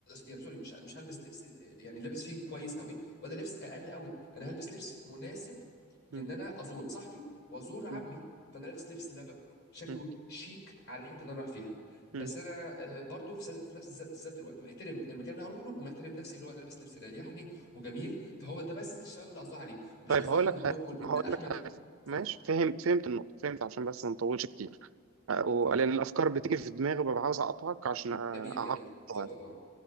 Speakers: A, on the left; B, on the right.
A: يعني سوري مش مش هلبس لبس آه، يعني لابس فيه كويس قوي ولا لبس اقل قوي انا هلبس لبس مناسب لان
B: مم.
A: انا ازور صاحبي وازور عمي
B: مم.
A: فانا لابس لبس لبق شكله
B: مم.
A: شيك على الحته اللي انا رايح فيها بس
B: مم.
A: انا آه، برضو في س- في نفس الز- ذات الوقت محترم المكان اللي هروح له ومحترم نفسي اللي هو انا لابس لبس يريحني وجميل فهو ده بس الشباب اللي قصدها عليه مش
B: طيب
A: قصدها
B: هقول
A: ان
B: لك
A: هو
B: حاجه
A: تقول
B: ما
A: ان
B: هقول
A: احمد
B: لك حاجه
A: اتفضل
B: ماشي فهمت فهمت النقطه فهمت عشان بس ما نطولش كتير أه، ولان
A: اتفضل
B: الافكار بتيجي في دماغي وببقى عاوز اقطعك عشان
A: جميل
B: اعقد
A: جميل اتفضل
B: طيب
A: اه